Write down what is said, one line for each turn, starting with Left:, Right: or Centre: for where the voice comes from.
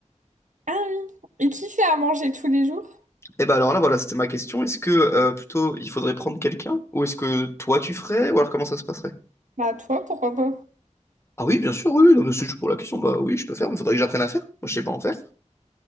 Right: Ah oui. Et qui fait à manger tous les jours?
Left: Et ben alors là, voilà, c'était ma question. Est-ce que euh, plutôt il faudrait prendre quelqu'un? Ou est-ce que toi tu ferais? Ou alors comment ça se passerait?
Right: Bah, toi, pourquoi pas?
Left: Ah oui, bien sûr, oui, oui, non, mais c'est juste pour la question. Bah oui, je peux faire, mais faudrait que j'apprenne à faire. Moi, je sais pas en faire.